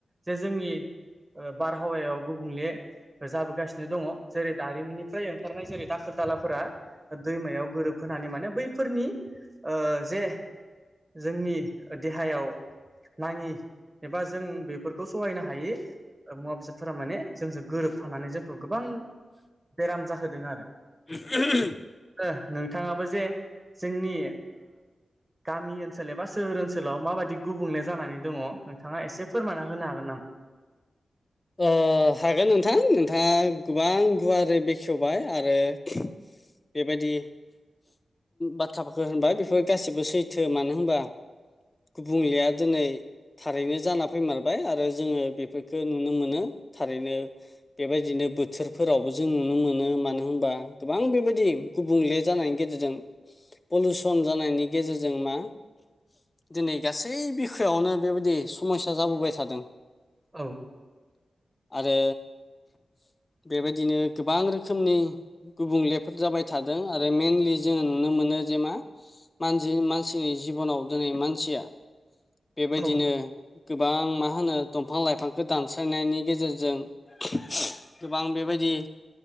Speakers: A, on the right (about 15°); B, on the left (about 20°).
A: जे जोंनि ओ बारहावायाव गुबुंले जाबोगासिनो दङ' जेरै दारिमिननिफ्राय ओंखारनाय जेरै दाखोर दालाफोरा दैमायाव गोरोबहोनानै माने बैफोरनि ओ जे जोंनि देहायाव नाङि एबा जों बे फोरखौ सहायनो हायि मुवा बेसादफोरा माने जोंजों गोरोबफानानै जोंखौ गोबां बेराम जाहोदों आरो
B: <inaudible>
A: ओ नोंथाङाबो जे जोंनि गामि ओ- ओनसोल एबा सोहोर ओनसोलाव माबायदि गुबुंले जानानै दङ' नोंथाङा एसे फोरमायना होनो हागोन नामा?
B: ओ हागोन नोंथां नोंथाङा गोबां गुवारै बेखेवबाय आरो बेबायदि बाथ्राफोरखौ होनबाय बेफोर गासैबो सैथो मानो होनबा गुबुंलेया दिनै थारैनो जाना फैमारबाय आरो जोङो बेफोरखौ नुनो मोनो थारैनो बेबायदिनो बो- बोथोरफोरावबो जों नुनो मोनो मानो होनबा गोबां बेबायदि गुबुंले जानायनि गेजेरजों पलिउसन जानायनि गेजेरजों मा दिनै गासै बिखायावनो बेबायदि समयया जाबोबाय थादों
A: औ
B: आरो बेबायदिनो गोबां रोखोमनि गुबुंलेफोर जाबाय थादों आरो मइेनलि जोङो नुनो मोनो जे मा मानजि मानसिनि जिबनाव दिनै मानसिया बेबायदिनो
A: औ
B: गोबां मा होनो दंफां लाइ फांखौ दानस्रायनायनि गेजेरजों गोबां बेबायदि